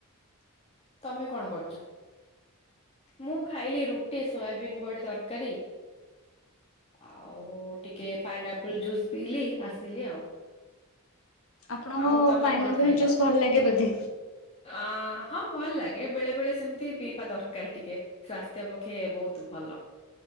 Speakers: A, on the left; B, on the left.
A: ତମେ କଣ କରୁଛ? ମୁଁ ଖାଇଲି ରୁଟି ସୋୟାବିନ୍ ବଢ଼ି ତରକାରୀ। ଆଉ ଟିକେ ପାଇନା ଆପଲ ଜୁସ୍ ପିଇଲି ଆସିଲି ଆଉ।
B: ଆପଣଙ୍କ
A: ଆଉ ତମେ
B: ପାଇନାପଲ
A: କଣ ଖାଇଲ?
B: ଜୁସ୍ ଭଲ ଲାଗେ ବୋଧେ।
A: ଅ ହଁ ଭଲ ଲାଗେ ବେଳେ ବେଳେ ସେମିତି ପିଇବା ଦରକାର ଟିକେ। ସ୍ୱାସ୍ଥ୍ୟ ପକ୍ଷେ ବହୁତ ଭଲ।